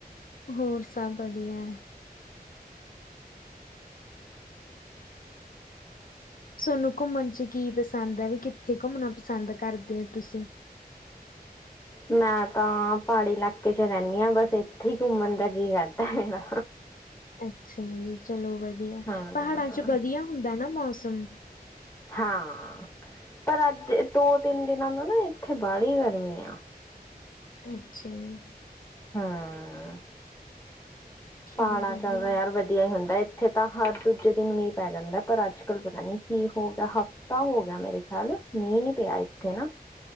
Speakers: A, on the left; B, on the left.
A: ਹੋਰ ਸਭ ਵਧੀਆ। ਸਨੂੰ ਘੁੰਮਣ ਚ ਕੀ ਪਸੰਦ ਆ ਵੀ, ਕਿੱਥੇ ਘੁੰਮਣਾ ਪਸੰਦ ਕਰਦੇ ਓ ਤੁਸੀਂ?
B: ਮੈਂ ਤਾਂ, ਪਾੜੀ ਲਾਕੇ ਚ ਰੈਂਦੀ ਆ ਬਸ ਏਥੇ ਈ ਘੁੰਮਣ ਦਾ ਜੀ ਕਰਦਾ ਮੇਰਾ
A: ਅੱਛਾ ਜੀ, ਚਲੋ ਵਧੀਆ,
B: ਹਾਂ
A: ਪਹਾੜਾਂ ਚ ਵਧੀਆ ਹੁੰਦਾ ਨਾ ਮੌਸਮ?
B: ਹਾਂ, ਪਰ ਅੱਜ ਦੋ-ਤਿੰਨ ਦਿਨਾਂ ਤੋ ਨਾ ਏਥੇ ਬਾਲੀ ਗਰਮੀ ਆ
A: ਅੱਛਾ ਜੀ।
B: ਹਾਂ।
A: ਚਲੋ
B: ਪਾਣਾ
A: ਵਧੀਆ।
B: ਚੱਲਦਾ ਯਾਰ ਵ ਧੀਆ ਈ ਹੁੰਦਾ ਏਥੇ ਤਾਂ ਹੱਰ ਦੂਜੇ ਦਿਨ ਮੀਂਰ ਪੈ ਜਾਂਦਾ, ਪਰ ਅੱਜ-ਕੱਲ ਪਤਾ ਨੀ ਕੀ ਹੋਊਗਾ ਹਫ਼ ਤਾਂ ਹੋ ਗੇਆ ਮੇਰੇ ਖੇਆਲ, ਮੀਂ ਨੀ ਪੇਆ ਏਥੇ ਹਨਾ।